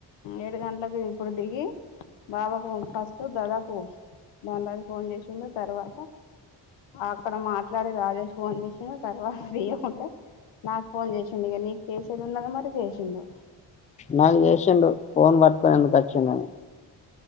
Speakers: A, on the left; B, on the left.
A: ఏడు గంటలకు ఇప్పుడు దిగి బాబాకు ఫస్ట్ దాదపు దాని తర్వాత ఫోన్ చేసిడు తర్వాత అక్కడ మాట్లాడి రాజేష్ ఫోన్ చేసిన తర్వాత తీయకుంటే నాకు ఫోన్ చేసిండు ఇక నీకు చేసేది ఉన్నది మరి చేసిండు
B: నాకు చేసిండు ఫోన్ పట్టుకొని ఎందుకు వచ్చిండ అని